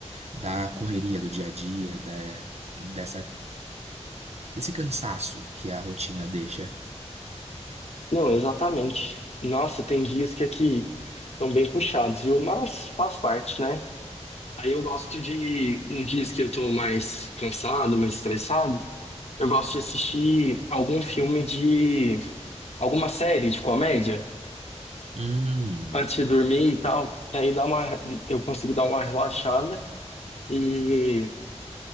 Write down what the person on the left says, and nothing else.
Não, exatamente. Nossa, tem dias que aqui estão bem puxados, viu? Mas faz parte, né? Aí eu gosto de, nos dias que eu tô mais cansado, mais estressado, eu gosto de assistir algum filme de, alguma série de comédia
antes de dormir e tal, que aí dá uma, eu consigo dar uma relaxada e